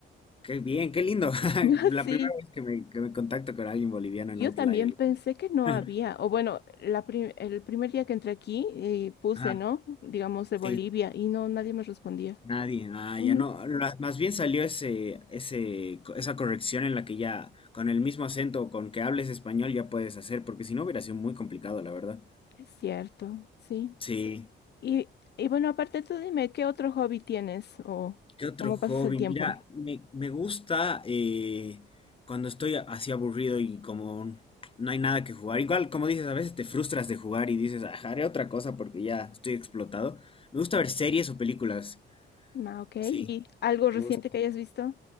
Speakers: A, on the left; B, on the left.
A: Qué bien, qué lindo. <laughs>
B: <laughs>
A: La
B: Sí,
A: primera vez que me, que me contacto con alguien boliviano
B: yo
A: en Outlier.
B: también pensé que no
A: <laughs>
B: había, o bueno, la pri- el primer día que entré aquí eh, puse,
A: Ajá,
B: ¿no? Digamos, de
A: sí,
B: Bolivia y no, nadie me respondía.
A: nadie, ah,
B: Ujú,
A: ya no, la- más bien salió ese, ese, co- esa corrección en la que ya con el mismo acento con que hables español ya puedes hacer, porque si no hubiera sido muy complicado, la verdad.
B: Es cierto, sí.
A: Sí,
B: Y, y bueno, aparte tú dime, ¿qué otro hobby tienes o
A: ¿Qué otro
B: cómo
A: hobby?
B: pasas el tiempo?
A: Mira, me, me gusta eh, cuando estoy así aburrido y como no hay nada que jugar. Igual, como dices, a veces te frustras de jugar y dices, "Ah, haré otra cosa porque ya estoy explotado. Me gusta ver series o películas.
B: Ah, ok,
A: Sí,
B: ¿y algo reciente
A: me gusta.
B: que hayas visto?